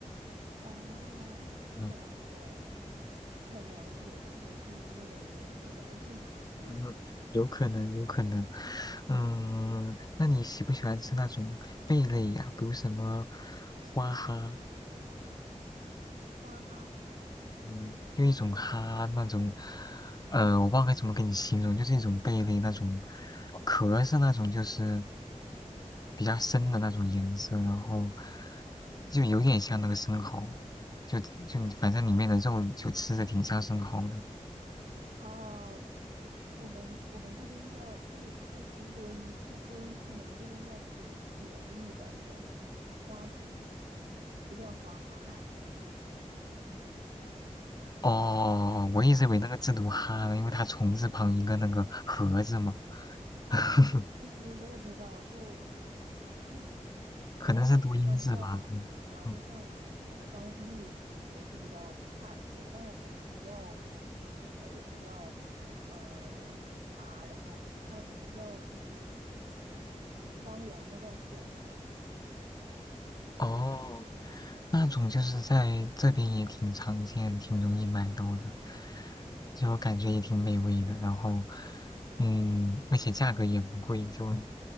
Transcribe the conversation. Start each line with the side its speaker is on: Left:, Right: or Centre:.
Right: 哦，那可能是我
Left: 嗯
Right: 不太了解吧，或者是那个人也不太了解。<laughs>
Left: 嗯，有可能，有可能。嗯，那你喜不喜欢吃那种贝类呀？比如什么花蛤，
Right: 哇哈。
Left: 嗯，就一种蛤那种，呃，我不知道该怎么给你形容，就是一种贝类那种，壳是那种就是比较深的那种颜色，然后就有点像那个生蚝，就就反正里面的肉就吃着挺像生蚝的。
Right: 啊，我们我们这边叫这个这个词是多音，就多音字嘛，我们这边叫蛤蛤蜊吧，应该算是花蛤，不叫花蛤。<laughs>
Left: 哦，我一直以为那个字读“哈呢，因为它虫字旁一个那个盒子嘛。<laughs> 呵呵，
Right: 嗯，我也不知道，就 <laughs>
Left: 可能是多音字吧。
Right: 可能每个地方叫法不同吧。
Left: 嗯嗯，
Right: 就像我们我们当地也是比较产这个，但是我们不叫什么蛤，也不叫呃蛤，然后它我们叫就是方言应该叫蚬子。
Left: 哦，那种就是在这边也挺常见，挺容易买到的，就感觉也挺美味的。然后，嗯，而且价格也不贵，就